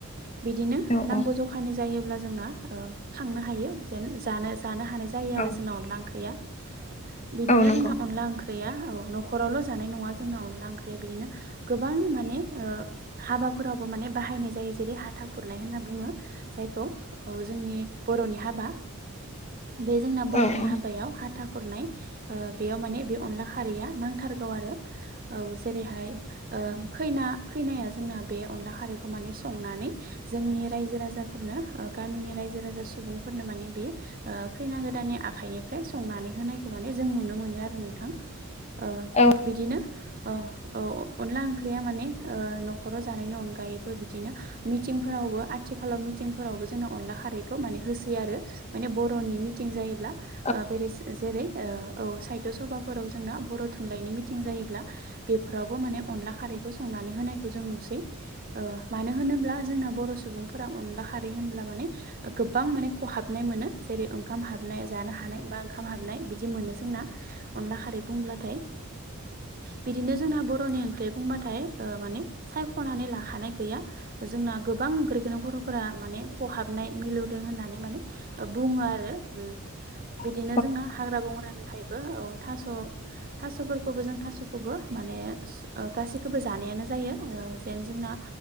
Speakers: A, on the right; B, on the left.
A: बिदिनो
B: औ
A: नांगौ जखानि जायोब्ला जोंना ओ खांनो हायो जेन जानो जानो हानाय जायो आरो
B: औ
A: जोंना अनला ओंख्रिआ बिदिनो
B: औ नंगौ
A: जोना अनला ओंख्रिआ गैया औ नखरआवल' जानाय नङा जोंना, अनला ओंख्रिया बिदिनो गोबां माने ओ हाबा फोरावबो माने बाहायनाय जायो जेरै हाथा खुरनाय होनना बुङो। जायखौ अ जोंनि बर'नि हाबा। बे जोंना बर'नि
B: औ औ
A: हाबायाव <unintelligible> <unintelligible> खुरनाय ओ बेयाव माने बे अनला खारैया नांथारगौ आरो औ। जेरैहाय ओ खैना-खैनाया जोंना बे अनला खारैखौ माने संनानै जोंनि रायजो -राजा <unintelligible> गामिनि रायजो- राजा सुबुंफोरनो माने बे ओ खैना गोदान आखाइनिफ्राय संनानै होनायखौ माने जों नुनो मोनो आरो नोंथां। ओ
B: औ
A: बिदिनो औ औ अनला ओंख्रिया माने ओ न'खराव जानायनि अनगायैबो बिदिनो मिथिं <unintelligible> आथिखालाव मिथिंफोरावबो जोंनो अनला खारैखौ माने <unintelligible> <unintelligible> आरो माने बर'नि मिथिं जायोब्ला
B: औ
A: जेरै औ साइथ' सबा <unintelligible> जोंना बर' थुनलाइनि मिथिं जायोब्ला बेफोरावबो माने अनला खारैखौ संनानै होनायखौ जों <unintelligible> मोनसै मानो होनोब्ला जोंना बर' सुबुं अनला खारै होनब्ला माने गोबां माने खहाबनाय मोनो। जेरै ओंखाम हाबनाय जानो हानाय बा ओंखाम हाबनाय बिदि मोनो। जोंना अला खारै बुंब्लाथाय बिदिनो जोंना बर'नि ओंख्रि बुंबाथाय ओ माने सायख'नानै लाखानाय गैया जोंना गोबां बेखौनो बर'फोरा माने खहाबनाय मिलौदों होननानै माने बुङो आरो उम बिदिनो
B: औ
A: जोंना हाग्रा बंग्रानिफ्रायबो औ थास' थास'फोरखौबो जों थास'खौबो माने ओ गासैखौबो जानायानो जायो ओ जेन जोंना